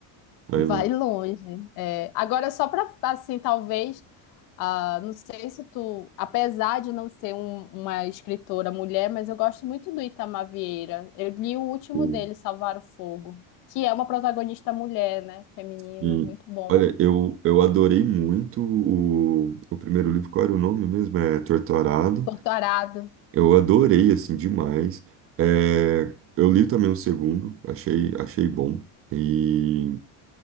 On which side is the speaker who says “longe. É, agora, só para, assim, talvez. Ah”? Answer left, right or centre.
Left